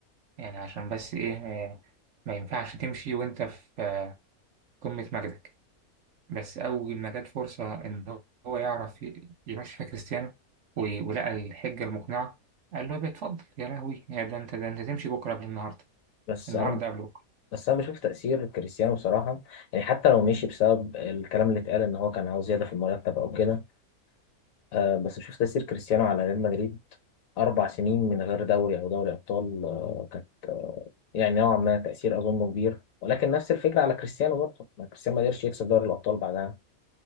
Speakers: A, on the right; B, on the left.
A: يعني عشان بس ايه آه، ما ينفعش تمشي وانت في آه، قمه مجدك بس اول ما جت فرصه ان هو يعرف ي- يمشي فيها كريستيانو و- ولقى الحجه المقنعه قال له يا بيه اتفضل يا لهوي يا ده انت ده انت تمشي بكره قبل النهارده
B: بس
A: النهارده
B: انا
A: قبل
B: بس انا بشوف تأثير كريستيانو بصراحة يعني حتى لو مشي بسبب الكلام اللي اتقال ان هو كان عاوز زيادة في المرتب او كده آه بس بشوف تأثير كريستيانو على ريال مدريد اربع سنين من غير دوري او دوري ابطال آه كانت آه يعني نوعا ما تأثير اظنه كبير ولكن نفس الفكرة على كريستيانو برضه ما كريستيانو ما قدرش يكسب دوري الابطال بعدها